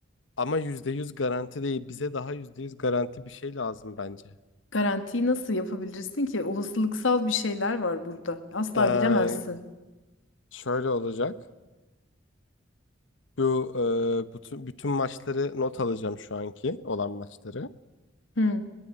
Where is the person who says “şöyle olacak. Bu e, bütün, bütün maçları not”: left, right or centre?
Left